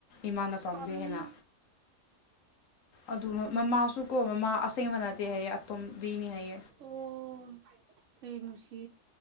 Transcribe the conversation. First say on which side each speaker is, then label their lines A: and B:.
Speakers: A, on the left (about 90°); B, on the right (about 75°).
A: ꯏꯃꯥꯅ
B: ꯑꯁ
A: ꯄꯥꯝꯗꯦ
B: ꯇꯜꯂꯦ
A: ꯍꯦꯅ ꯑꯗꯨ ꯃꯃꯥꯁꯨ ꯀꯣ ꯃꯃꯥ ꯑꯁꯦꯡꯕ ꯅꯠꯇꯦ ꯍꯥꯏꯌꯦ ꯑꯇꯣꯝꯕꯤꯅꯤ ꯍꯥꯏꯌꯦ
B: ꯑꯣ ꯑꯩꯅꯨꯡꯁꯤ